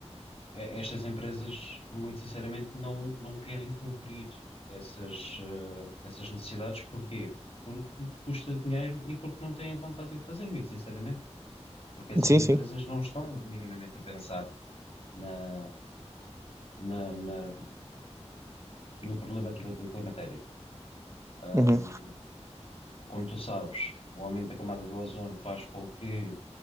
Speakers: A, on the left (about 55°); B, on the right (about 25°).
A: eh, estas empresas, muito sinceramente, não, não querem cumprir essas, eh, essas necessidades. Porquê? Porque custa dinheiro e porque não têm vontade de o fazer, muito sinceramente. Porque essas
B: Sim,
A: empresas
B: sim.
A: não estão minimamente a pensar na, na- na- no problema cli- climatérico. Ahm,
B: Uhum.
A: como tu sabes, o aumento da camada do ozono faz com que